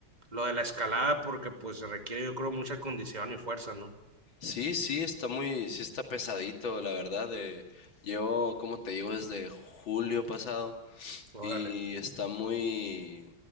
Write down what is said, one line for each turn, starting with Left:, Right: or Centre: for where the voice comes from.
Right: lo de la escalada porque pues se requiere yo creo mucha condición y fuerza, ¿no?
Left: Sí, sí, está muy, sí está pesadito, la verdad. eh, llevo, como te digo, desde julio pasado
Right: Órale.
Left: y está muy,